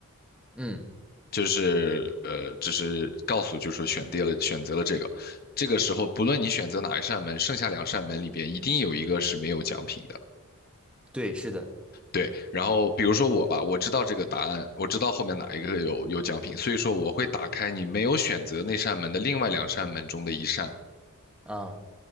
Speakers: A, in the centre; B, on the left.
A: 嗯，
B: 就是呃，只是告诉就是说选定了选择了这个。这个时候，不论你选择哪一扇门，剩下两扇门里边一定有一个是没有奖品的。
A: 对，是的，
B: 对，然后比如说我吧，我知道这个答案，我知道后面哪一个有有奖品，所以说我会打开你没有选择那扇门的另外两扇门中的一扇，
A: 啊，